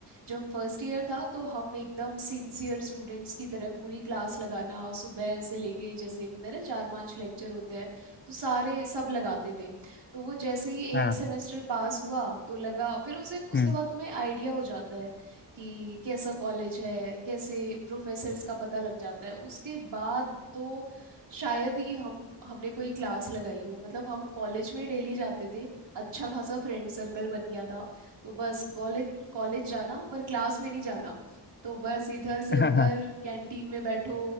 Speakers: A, on the right (about 75°); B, on the left (about 25°).
A: जब फर्स्ट ईयर था तो हम एकदम सिंसियर स्टूडेंट्स की तरह पूरी क्लास लगाना सुबह से लेके जैसे होते हैं ना चार पांच लेक्चर होते हैं तो सारे सब लगाते थे तो वो जैसे ही
B: हाँ
A: एक सेमेस्टर पास हुआ तो लगा फिर उसे उसके
B: हम्म
A: बाद तुम्हें आइडिया हो जाता है कि कैसा कॉलेज है कैसे प्रोफेसर्स का पता लग जाता है उसके बाद तो शायद ही हम हमने कोई क्लास लगाई हो मतलब हम कॉलेज में डेली जाते थे अच्छा खासा फ्रेंड सर्कल बन गया था तो बस कॉलेज कॉलेज जाना पर क्लास में नहीं जाना तो बस इधर से
B: <laughs>
A: उधर
B: हाँ
A: कैंटीन में बैठो